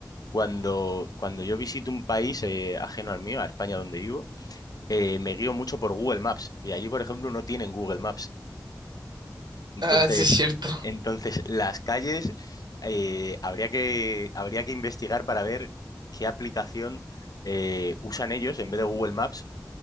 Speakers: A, on the left; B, on the right.
A: cuando, cuando yo visito un país eh, ajeno al mío, a España donde vivo, eh, me guío mucho por Google Maps. Y allí, por ejemplo, no tienen Google Maps. Entonces,
B: Ah, sí, es cierto.
A: entonces las calles eh, habría que, habría que investigar para ver qué aplicación eh, usan ellos en vez de Google Maps